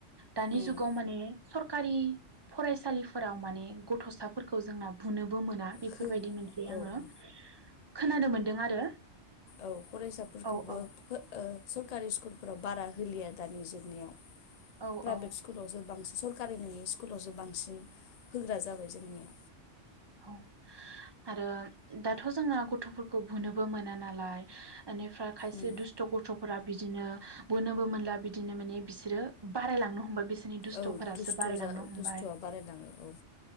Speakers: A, on the right (about 35°); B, on the left (about 80°).
A: दानि
B: उम
A: जुगाव माने सरकारि फरायसालिफोराव माने गथ'साफोरखौ जोंना बुंनो बो मोना बेफोरबायदि
B: हो
A: मोनसे
B: औ
A: आङो
B: औ
A: खोनानो मोनदों आरो
B: औ फरायसाफोरखौबो
A: औ औ।
B: ओ सरकारि स्कुलफोराव बारा होलिया दानि जुगनियाव
A: औ
B: प्राइभेट
A: औ
B: स्कुलावसो बांसि सरकारि नोङै स्कुलावसो बांसिन होग्रा जाबाय जोंनिया।
A: औ आरो दाथ' जोङा गथ'फोरखौ बुनोबो मोना नालाय ओनिफ्राय खायसे
B: उम
A: दुस्थ' गथ'फोरा बिदिनो बुनोबो मोनला बिदिनो माने बिसोरो बारायलांनो हमबाय बि सिनि दुस्थ'फोरासो
B: औ दुस्थ'
A: बारायलांनो
B: जा
A: हमबाय
B: दुस्थ'आ बारायलाङो औ